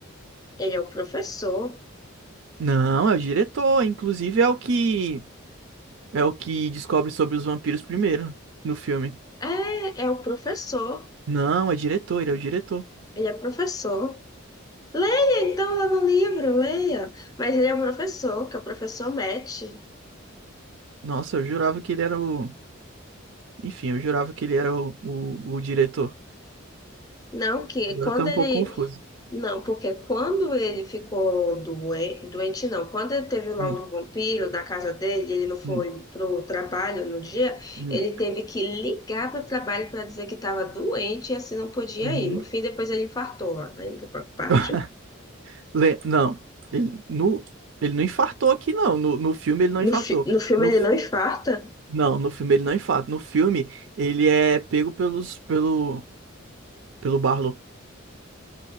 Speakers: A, on the left; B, on the right.
A: Ele é o professor.
B: Não, é o diretor. Inclusive é o que é o que descobre sobre os vampiros primeiro no filme.
A: É, é o professor.
B: Não, é diretor, ele é o diretor.
A: Ele é professor. Leia então lá no livro, leia. Mas ele é o professor, que é o professor Matt.
B: Nossa, eu jurava que ele era o. Enfim, eu jurava que ele era o, o, o diretor.
A: Não, que
B: Agora
A: quando
B: tá um
A: ele.
B: pouco confuso.
A: Não, porque quando ele ficou doente, doente não, quando ele teve lá
B: Hum,
A: o vampiro na casa dele, ele não foi
B: hum,
A: pro trabalho no dia,
B: hum,
A: ele teve que ligar pro trabalho para dizer que estava doente e assim não podia
B: uhum.
A: ir. No fim, depois ele infartou lá, né, na parte.
B: <laughs> Le- Não, ele, no, ele não infartou aqui, não. No, no filme ele não
A: No,
B: infartou.
A: fi- no filme
B: No,
A: ele
B: f-
A: não infarta.
B: não, no filme ele não infarta. No filme ele é pego pelos, pelo, pelo Barlow.